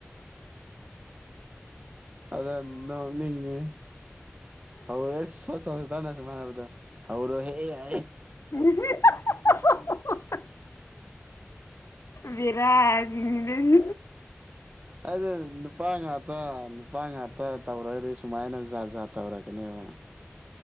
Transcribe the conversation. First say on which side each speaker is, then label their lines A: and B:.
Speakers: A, on the right; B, on the left.
A: ꯑꯗ ꯅꯣꯛꯅꯤꯡꯉꯦ ꯍꯧꯔꯦ ꯁꯣ ꯁꯁꯊꯅ ꯁꯨꯃꯥꯏ ꯍꯥꯏꯕꯗ ꯍꯧꯔꯣ ꯍꯦ ꯍꯥ
B: <unintelligible> ꯕꯦꯔꯥꯅꯤ ꯅꯪ
A: ꯑꯩꯗ ꯅꯨꯄꯥ ꯉꯥꯛꯇ ꯅꯨꯄꯥ ꯉꯥꯛꯇ ꯇꯧꯔꯒꯗꯤ ꯁꯨꯃꯥꯏꯅ ꯖꯥꯠ ꯖꯥꯠ ꯇꯧꯔꯛꯀꯅꯦꯕ